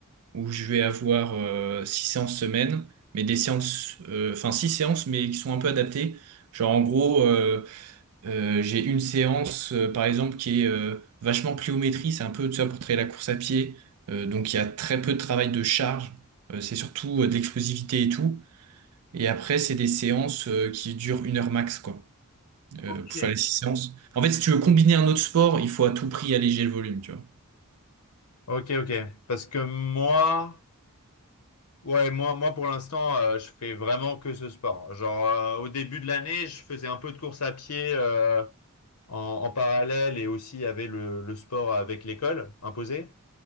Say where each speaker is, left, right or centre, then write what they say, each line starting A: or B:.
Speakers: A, on the right (about 75°); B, on the left (about 90°).
A: où je vais avoir euh, six séances semaine, mais des séances, euh, enfin six séances, mais qui sont un peu adaptées. Genre, en gros, euh, euh, j'ai une séance, euh, par exemple, qui est euh, vachement pliométrie, c'est un peu tout ça pour travailler la course à pied. Euh, donc, il y a très peu de travail de charge, Euh, c'est surtout euh, de l'explosivité et tout. Et après, c'est des séances euh, qui durent une heure max, quoi,
B: Ok.
A: euh, pour faire les six séances. En fait, si tu veux combiner un autre sport, il faut à tout prix alléger le volume, tu vois.
B: Ok, ok. Parce que moi, ouais, moi, moi pour l'instant, euh, je fais vraiment que ce sport. Genre, euh, au début de l'année, je faisais un peu de course à pied euh, en, en parallèle et aussi il y avait le, le sport avec l'école imposé.